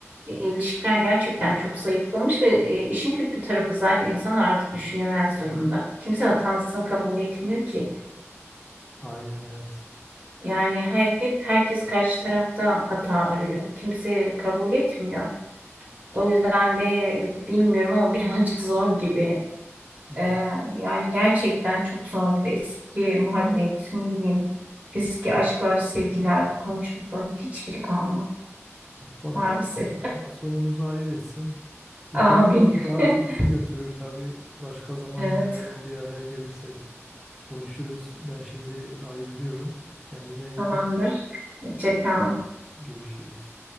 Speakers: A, on the right; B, in the centre.
A: e, ilişkiler gerçekten çok zayıflamış ve e, işin kötü tarafı zaten insanlar artık düşünemez durumda. Kimse hatasını kabul etmiyor ki.
B: Aynen evet.
A: Yani he- hep herkes karşı tarafta hata arıyor. Kimse kabul etmiyor. O yüzden de bilmiyorum ama <laughs> birazcık zor gibi.
B: Evet.
A: Ee, yani gerçekten çok zor gibi eski muhabbet, ne bileyim eski aşklar, sevgiler, komşulukların hiçbiri kalmadı
B: Bakalım
A: maalesef.
B: Allah Allah sonumuzu hayır etsin. Bu
A: <laughs> Amin.
B: konu daha
A: <laughs>
B: çok su götürür tabii. Başka zaman
A: Evet,
B: yine böyle bir araya gelirsek Konuşuruz. Ben şimdi ayrılıyorum. Kendine iyi
A: tamamdır.
B: bak.
A: Hoşça kal.
B: Görüşürüz.